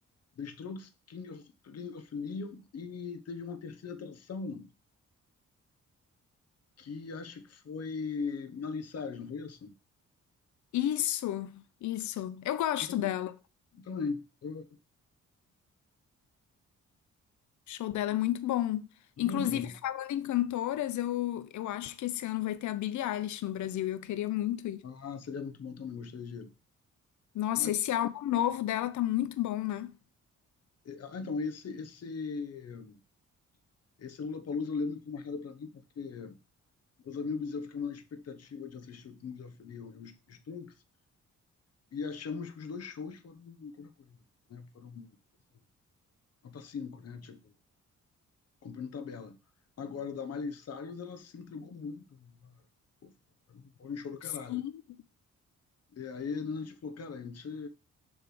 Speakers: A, on the left (about 55°); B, on the left (about 75°).
A: The Strokes, King of, King of Neon e teve uma terceira atração que acho que foi Miley Cyrus, não foi isso?
B: Isso, isso. Eu gosto
A: E
B: dela.
A: Também. Eu-
B: O show dela é muito bom.
A: Muito
B: Inclusive,
A: bom.
B: falando em cantoras, eu, eu acho que esse ano vai ter a Billie Eilish no Brasil. e Eu queria muito ir.
A: Ah, seria muito bom também, gostaria de ir.
B: Nossa,
A: Mas,
B: esse álbum novo dela tá muito bom, né?
A: é, é, ah, então, esse, esse, esse Lollapalooza eu lembro que foi marcado para mim porque Meus amigos e eu ficamos na expectativa de assistir o Kings of Leon e os Strokes e achamos que os dois shows foram qualquer coisa, né? Foram assim, nota 5, né? Tipo, cumprindo tabela. Agora, da Miley Cyrus, ela se entregou muito. Ela pô, foi um foi um show do caralho.
B: Sim.
A: E aí né, a gente falou, cara, a gente